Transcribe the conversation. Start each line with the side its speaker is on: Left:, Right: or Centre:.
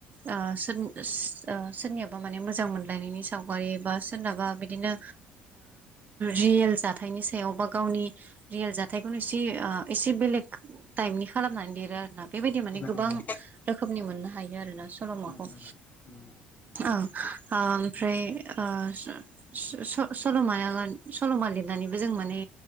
Right: ओ सोद-सो-सो-सोरनियाबा माने मोजां मोनलायनायनि सावगारि बा सोरनाबा बिदिनो रियेल जाथायनि सायाव बा गावनि रियेल जाथायखौनो एसे एसे बेलेग टाइपनि खालामनानै दिरो आरो ना बेबायदि माने
Left: नंगौ
Right: गोबां रोखोमनि मोननो हायो आरोना सल'माखौ
Left: उम उम
Right: ओ औ ओमफ्राय ओ स-स सल'माया सल'मा लिरनानैबो जों माने